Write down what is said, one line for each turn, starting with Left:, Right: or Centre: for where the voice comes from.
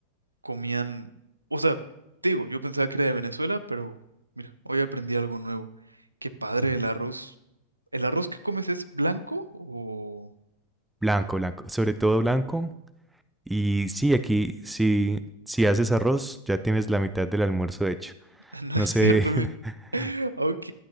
Right: comían, o sea, te digo, yo pensaba que era de Venezuela, pero mira, hoy aprendí algo nuevo. Qué padre el arroz. ¿El arroz que comes es blanco o
Centre: Blanco, blanco, sobre todo blanco. Y sí, aquí, si si haces arroz, ya tienes la mitad del almuerzo hecho.
Right: <laughs> no
Centre: No
Right: es
Centre: sé,
Right: cierto? Mira,
Centre: <laughs>
Right: ok,